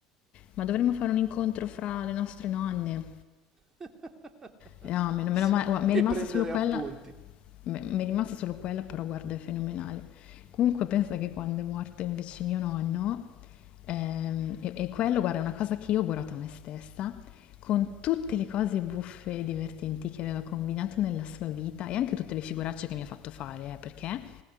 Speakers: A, on the left; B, on the right.
A: Ma dovremmo fare un incontro fra le nostre nonne.
B: <laughs>
A: Eh, No, meno,
B: Sì,
A: meno male, guarda, mi
B: e
A: è rimasta
B: prendere
A: solo quella,
B: appunti.
A: mi mi è rimasta solo quella, però guarda, è fenomenale. Comunque pensa che quando è morto invece mio nonno, ehm, e, e quello, guarda, è una cosa che io ho augurato a me stessa, con tutte le cose buffe e divertenti che aveva combinato nella sua vita e anche tutte le figuracce che mi ha fatto fare, eh, perché